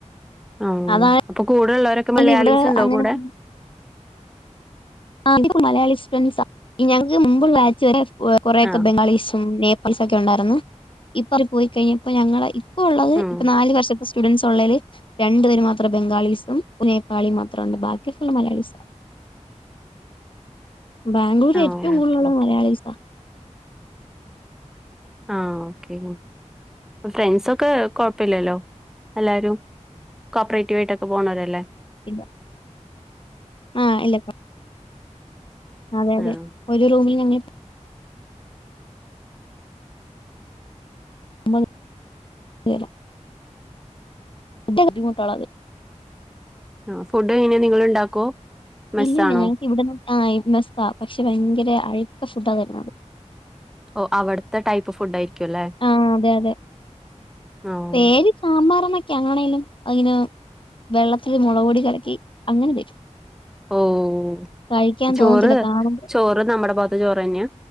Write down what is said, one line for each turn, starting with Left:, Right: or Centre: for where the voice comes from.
Centre: ആഹ്
Left: അതായാലും
Centre: അപ്പൊ കൂടെ ഉള്ളവരൊക്കെ മലയാളീസ്
Left: ഇവിടെ
Centre: ഉണ്ടോ
Left: അങ്ങനെ
Centre: കൂടെ
Left: ആഹ് മലയാളി സ്റ്റുഡസാ ഞങ്ങക്ക് മുമ്പുള്ള ബാച്ച് വരെ കൊറെയൊക്കെ
Centre: ആഹ്
Left: ബംഗാളീസും നേപ്പാ- പ്പാളീസൊക്കെ ഉണ്ടായിരുന്നു ഇപ്പ അവര് പോയിക്കഴിഞ്ഞപ്പോ ഞങ്ങള് ഇപ്പ ഉള്ളത്
Centre: ഉം
Left: ഇപ്പ നാല് <unintelligible> സ്റ്റുഡൻറ്സ് ഉള്ളെൽ രണ്ടു പേര് മാത്രം ബംഗാളീസും നേപ്പാളിയും മാത്ര ഉണ്ട് ബാക്കി ഫുള് മലയാളിസാ ബാംഗ്ലൂര്ൽ
Centre: ആഹ്
Left: ഏറ്റവും
Centre: ഓക്കെ
Left: കൂടുതലുള്ളത്
Centre: ഓക്കെ
Left: മലയാളീസാ
Centre: ആഹ് ഓക്കെ ഫ്രണ്ട്സൊക്കെ കുഴപ്പല്ലല്ലോ എല്ലാവരും കോപ്പറേറ്റീവായിട്ടൊക്കെ പോണോരല്ലേ
Left: ഇല്ല ആഹ് ഇല്ല അതെ അതെ
Centre: ആഹ്
Left: ഒരു റൂമിൽ ഞങ്ങൾ <unintelligible> <unintelligible> മൂത്തോളാത്
Centre: ആഹ് ഫുഡ് എങ്ങനെ നിങ്ങൾ ഉണ്ടാക്കോ? മെസ്സാണോ
Left: ഇല്ലല്ല ഞങ്ങക്ക് ഇവിടെന്ന് മെസ്സാ പക്ഷെ ഭയങ്കര അഴുക്ക ഫുഡാ തരുന്നത്
Centre: ഓഹ് അവിടുത്തെ ടൈപ്പ് ഫുഡ് ആയിരിക്കും അല്ലേ
Left: ആഹ് അതെ അതെ
Centre: ആഹ്
Left: പേര് സാമ്പാറ് ന്നൊക്കെ അണേലും അയിന് വെള്ളത്തില് മുളക്പൊടി കലക്കി അങ്ങനെ തരും
Centre: ഓഹ്
Left: കഴിക്കാൻ
Centre: ചോറ്
Left: തോന്നത്തില്ല കാണുമ്പോ
Centre: ചോറ് നമ്മുടെ ഭാഗത്ത് ചോറ് തന്നെയാ